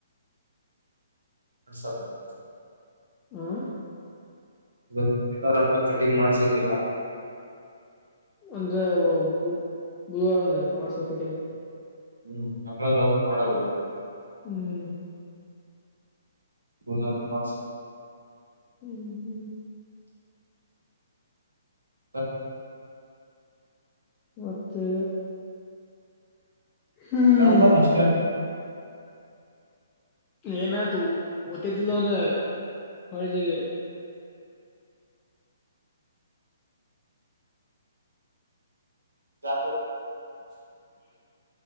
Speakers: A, on the right (about 80°); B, on the left (about 25°).
A: <unintelligible>
B: ಹ
A: <unintelligible> ಗತ್ತಾರಪ್ಪ ಕಟಿಂಗ್ ಮಾಡ್ಸಂಗಿಲ್ಲಾ.
B: ಅಂದ್ರೆ ಬುಧ ಬುಧವಾರ ಮಾಡಿಸಬೇಕು ಕಟಿಂಗ್.
A: ಹ್ಮ್ <unintelligible> ಮಾಡಬ.
B: ಹ್ಮ್
A: <unintelligible>
B: ಹ್ಮ್ ಹ್ಮ್
A: ತೆ.
B: ಮತ್ತೆ. ಹ್ಮ್
A: ಮದ್ಯನ್ತನ ಅಷ್ಟೇ.
B: ಏನಾಯ್ತು ಓತ್ತಿದಿದಲ ಕಳಜಿಗೆ.
A: ಜಪೂರ್.
B: <inaudible>